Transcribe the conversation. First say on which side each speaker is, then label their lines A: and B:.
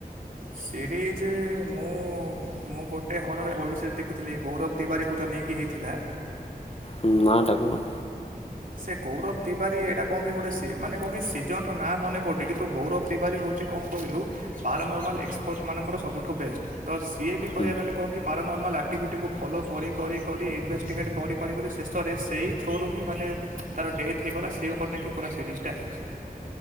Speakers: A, on the right; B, on the left.
A: ସିରିଜ୍ ମୁଁ ମୁଁ ଗୋଟେ ହରର୍ ଓବିସି ଦେଖିଥିଲି। ଗୌରବ ତିୱାରୀକୁ ଯେଉ ନେଇକି ହେଇଥିଲା
B: ହଁ ନା ଟା କଣ?
A: ସେ ଗୌରବ ତିିବାରୀ ଏଇଟା କଣ କି ଗୋଟେ ସି ମାନେ କଣ କି ସିଜନର ନାଁ ମନେ ପଡୁନି। କିନ୍ତୁ ଗୌରବ ତିୱାରୀ ହେଉଛି କଣ କହିଲୁ ପାରା ନର୍ମାଲ୍ ଏକ୍ସପର୍ଟ ମାନଙ୍କର ସବୁଠୁ ବେଷ୍ଟ ତ ସିଏ ବି କହିବା
B: ହୁଁ
A: ଗଲେ କଣ କି ପାରାନର୍ମାଲ୍ ଆକ୍ଟିଭିଟିକୁ ଫଲୋ କରି କରି କରି ଇନଭେଷ୍ଟିଗେଟ୍ କରି କରି କରି ଶେଷରେ ସେଇ ଥ୍ରୋ ରୁ ହିଁ ମାନେ ତାର ଡେଥ୍ ହେଇଗଲା ସେ ଉପରେ ନେଇକି ପୁରା ସିରିଜଟା ହେଇଛି।